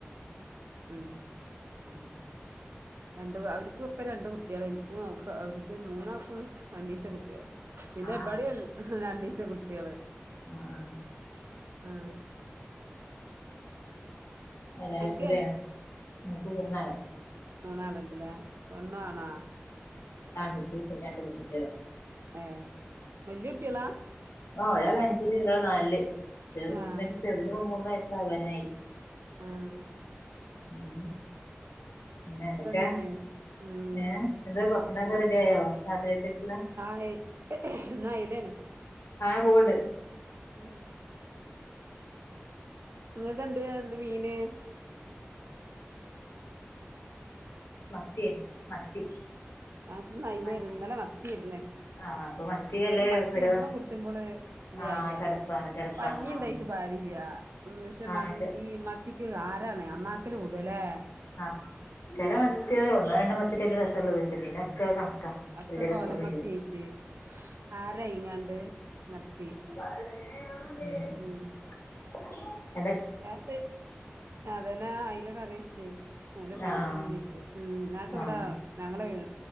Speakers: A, on the right; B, on the left.
A: ഉം
B: ഉം
A: രണ്ട് അവര്ക്കും ഒക്കെ രണ്ട് കുട്ട്യേള് ഇൻക്കും ഒക്കെ അവര്ക്ക് മൂന്നാക്കും രണ്ടീച്ചെ കുട്ട്യേള് പിന്നെ
B: ആഹ് ആഹ്
A: ബടിം എൽ രണ്ടീച്ചെ കുട്ട്യേള്
B: ആഹ് ആഹ്
A: ആഹ്
B: എല്ലാരും
A: അനക്ക്
B: കൂട്യാ മ്ക്ക് മൂന്നാള്
A: മൂന്നാള്ണ്ട്ലേ പെണ്ണും ആണാ?
B: കുട്ടി പിന്നെ രണ്ട് പെങ്കുട്ട്യേള്
A: ഏഹ് വല്ല്യെ കുട്ട്യേളാ
B: ആഹ് ഒരാള് അഞ്ച്ല് ഒരാള് നാൽല് പിന്നെപ്പം
A: ആഹ്
B: ചെർതിന്പ്പം മൂന്ന് വയസ്സാകാനായി
A: ആഹ്
B: ഉം പിന്നെന്തെക്കേ
A: തന്നെയാണ് ഉം
B: ഏഹ് എന്താ ഭക്ഷണൊക്കെ റെഡ്യോയോ രാത്രിയത്തേക്ക്ള്ളെ
A: <unintelligible> ന്ന് അയിലെണ്
B: ആഹ് ഞാ പോവ്ണ്ട്
A: ഉമ് നിങ്ങക്ക എന്തിനാ ന്ന് മീന്
B: മത്തിയേനി മത്തി
A: <unintelligible> ഇന്നല്ലെ
B: മത്തി
A: മത്തിയിരുന്നേ
B: ആഹ് അപ്പൊ മത്തി അല്ലേ
A: ഈ മത്തി
B: സുലഭ
A: എന്നും കിട്ടുമ്പോള് <unintelligible>
B: ആഹ് ചടപ്പാണ് ചടപ്പാണ്
A: പഞ്ഞി
B: ആഹ്
A: ണ്ടായിട്ട് പാ അരില്ല പക്ഷെ
B: ആഹ്
A: മ
B: ഇത്
A: ഈ മത്തിക്ക് ആരാണ് അണാക്കല് കൂടല്ലേ
B: ആഹ ചില മത്തി ഒന്നോ രണ്ടോ മത്തിട്ടല്ല രസമുള്ള ഇത്ണ്ട് പിന്നെ ഒക്കെ കണക്കാ
A: അക്ക
B: വല്യ
A: കോലമത്തിയയിച്ച്
B: രസൊന്നുല്ല
A: ആര ഇങ്ങാണ്ട് മത്തി
B: ഉം
A: ഉം
B: <unintelligible>
A: വ അതന്നെ അയിലൊക്കെറിച്ച അല്ല പെച്ചും
B: ആഹ്
A: ചെയ്് ഉ ഞങ്ങക്ക് ഇവിടെ
B: ആഹ്
A: ഞങ്ങളെ